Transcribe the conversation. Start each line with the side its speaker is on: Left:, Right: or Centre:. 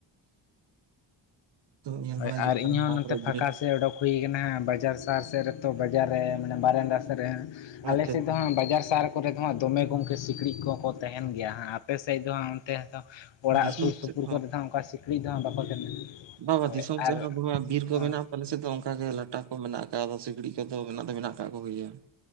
Right: ᱧᱮᱞ
Left: ᱦᱳᱭ
Right: ᱵᱟᱲᱟ
Left: ᱟᱨ
Right: ᱦᱩᱭᱩᱜ
Left: ᱤᱧᱦᱚᱸ
Right: ᱠᱟᱱᱟ ᱦᱟᱱᱟᱠᱚᱨᱮ
Left: ᱱᱚᱛᱮ ᱯᱷᱟᱸᱠᱟ
Right: ᱵᱤᱱᱤᱴ᱾
Left: ᱥᱮᱫ ᱚᱰᱳᱠ ᱦᱩᱭ ᱠᱟᱱᱟ ᱦᱟᱸᱜ ᱵᱟᱡᱟᱨ ᱥᱟᱦᱟᱨ ᱥᱮᱫ ᱨᱮᱛᱚ ᱵᱟᱡᱟᱨ ᱨᱮ ᱢᱟᱱᱮ ᱵᱟᱨᱮᱱᱫᱟ ᱥᱮᱫ ᱨᱮ᱾ ᱟᱞᱮ
Right: ᱟᱪᱪᱷᱟ
Left: ᱥᱮᱫ
Right: ᱟᱪᱪᱷᱟ
Left: ᱫᱚ ᱦᱟᱸᱜ ᱵᱟᱡᱟᱨ ᱥᱟᱦᱟᱨ ᱠᱚᱨᱮ ᱫᱚ ᱦᱟᱸᱜ ᱫᱚᱢᱮ ᱜᱚᱝᱠᱮ ᱥᱤᱠᱲᱤᱡ ᱠᱚᱦᱚᱠᱚ ᱛᱟᱦᱮᱱ ᱜᱮᱭᱟ ᱦᱟᱸᱜ, ᱟᱯᱮ ᱥᱮᱫ ᱫᱚ ᱦᱟᱸᱜ ᱛᱮ ᱦᱚᱛᱚ ᱚᱲᱟᱜ
Right: ᱫᱤᱥᱚᱢ
Left: ᱥᱩᱨ ᱥᱩᱯᱩᱨ
Right: ᱥᱮᱫ
Left: ᱠᱚᱨᱮ ᱫᱚ ᱦᱟᱸ ᱚᱱᱠᱟ ᱥᱤᱠᱲᱤᱡ ᱫᱚ ᱦᱟᱸᱜ ᱵᱟᱠᱚ ᱛᱟᱦᱮᱱᱟ᱾
Right: ᱵᱟ ᱵᱟ
Left: ᱦᱳᱭ
Right: ᱫᱤᱥᱚᱢ
Left: ᱟᱨ
Right: ᱥᱮᱫ ᱦᱚᱸ ᱫᱚᱢᱮ ᱵᱤᱨ ᱠᱚ
Left: ᱦᱮᱸ
Right: ᱢᱮᱱᱟᱜᱼᱟ, ᱟᱞᱮ ᱥᱮᱫ ᱫᱚ ᱚᱱᱠᱟᱟᱜ ᱜᱮ ᱞᱟᱴᱟ ᱠᱚ ᱢᱮᱱᱟᱜ ᱠᱟ ᱟᱫᱚ ᱥᱤᱠᱲᱤᱡ ᱠᱚᱫᱚ ᱢᱮᱱᱟᱜ ᱫᱚ ᱢᱮᱱᱟᱜ ᱟᱠᱟᱫ ᱠᱚᱜᱮ ᱜᱮᱭᱟ᱾